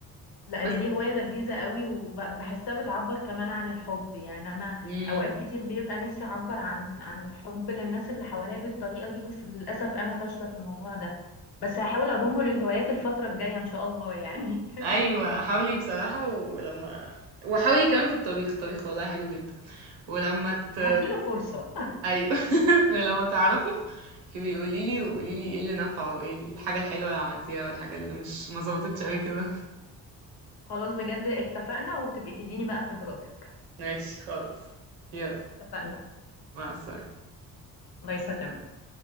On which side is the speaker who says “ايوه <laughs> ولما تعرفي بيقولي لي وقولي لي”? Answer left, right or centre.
Right